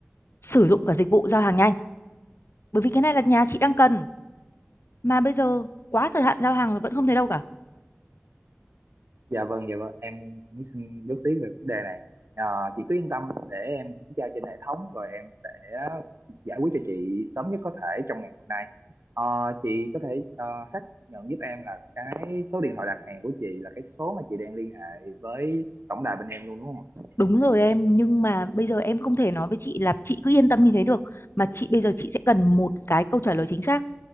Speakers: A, on the left; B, on the right.
A: sử dụng cả dịch vụ giao hàng nhanh bởi vì cái này là nhà chị đang cần mà bây giờ quá thời hạn giao hàng rồi vẫn không thấy đâu cả
B: Dạ vâng, dạ vâng, em cũng xin góp tí về vấn đề này. Ờ, chị cứ yên tâm để em kiểm tra trên hệ thống rồi em sẽ giải quyết cho chị sớm nhất có thể trong ngày hôm nay. Ờ, chị có thể ờ, xác nhận giúp em là cái số điện thoại đặt hàng của chị là cái số mà chị đang liên hệ với tổng đài bên em luôn đúng không? ạ?
A: Đúng rồi em, nhưng mà bây giờ em không thể nói với chị là chị cứ yên tâm như thế được, mà chị bây giờ chị sẽ cần một cái câu trả lời chính xác.